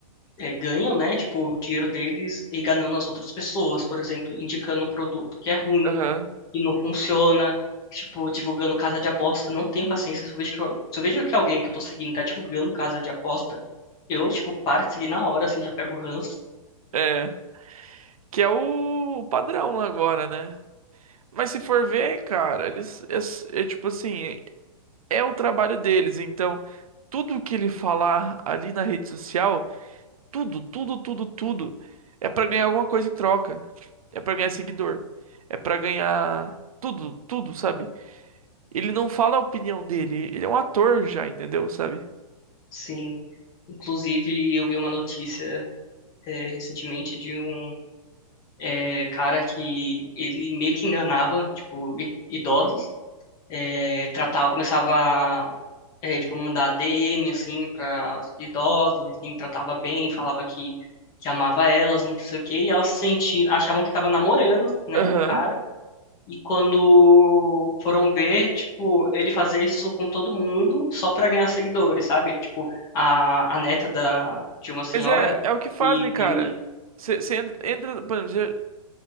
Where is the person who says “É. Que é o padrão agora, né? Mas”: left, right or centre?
Right